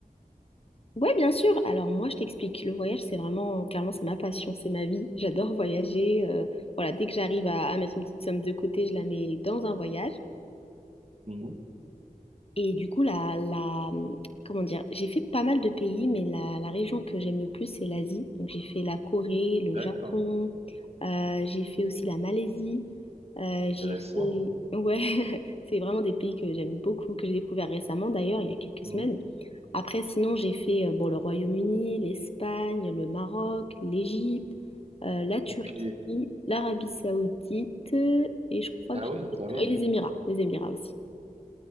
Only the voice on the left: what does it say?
Ouais, bien sûr. Alors moi, je t'explique. Le voyage, c'est vraiment, clairement, c'est ma passion, c'est ma vie. J'adore voyager. euh, voilà, dès que j'arrive à, à mettre une petite somme de côté, je la mets dans un voyage.
Et du coup, la, la, hum, comment dire, j'ai fait pas mal de pays, mais la, la région que j'aime le plus, c'est l'Asie. Donc j'ai fait la Corée, le
Japon, euh, j'ai fait aussi la Malaisie, euh, j'ai
fait... Ouais, <laughs> c'est vraiment des pays que j'aime beaucoup, que j'ai découvert récemment d'ailleurs, il y a quelques
semaines. Après, sinon, j'ai fait euh, bon, le Royaume-Uni, l'Espagne, le Maroc, l'Égypte, euh, la Turquie,
l'Arabie Saoudite euh, et je crois
que j'ai
fait
le tour.
Et les Émirats, les Émirats aussi.